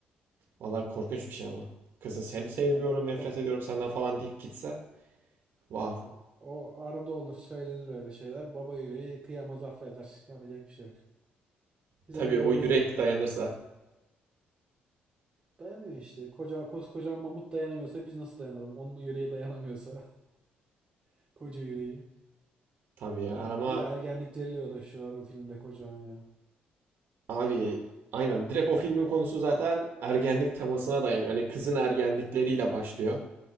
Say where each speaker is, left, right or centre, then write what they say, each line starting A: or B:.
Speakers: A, on the right; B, on the right.
A: Vallahi korkunç bir şey ama. Kızın seni sevmiyorum,
B: Ya, bab,
A: nefret
B: bab-
A: ediyorum senden falan deyip gitse. Vav.
B: ya, o arada olur söylenir öyle şeyler. Baba yüreği kıyamaz affeder. Yapacak bir şey yok. Ki Zaten
A: Tabii
B: öyle
A: o yürek
B: de oluyor.
A: dayanırsa.
B: Dayanıyor işte. Koca, koskoca mamut dayanamıyorsa biz nasıl dayanalım? Onun yüreği dayanamıyorsa. <laughs> Koca yüreği.
A: Tabii ya ama
B: Bir de ergenlikleriyle uğraşıyorlar o filmde kocaman ya.
A: abi aynen direkt o filmin konusu zaten ergenlik temasına dayanıyor. Hani kızın ergenlikleriyle başlıyor.